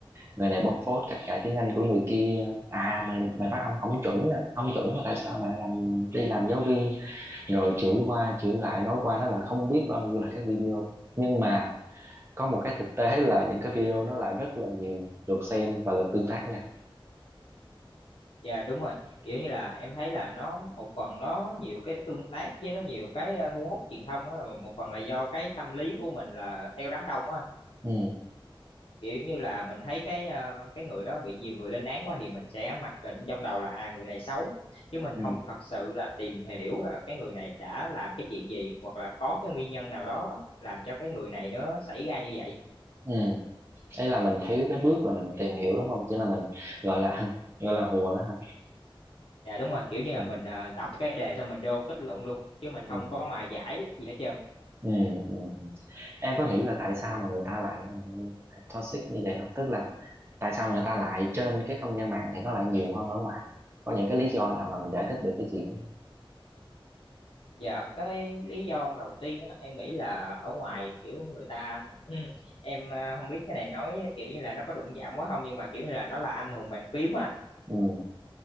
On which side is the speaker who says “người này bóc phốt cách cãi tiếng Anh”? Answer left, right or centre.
Right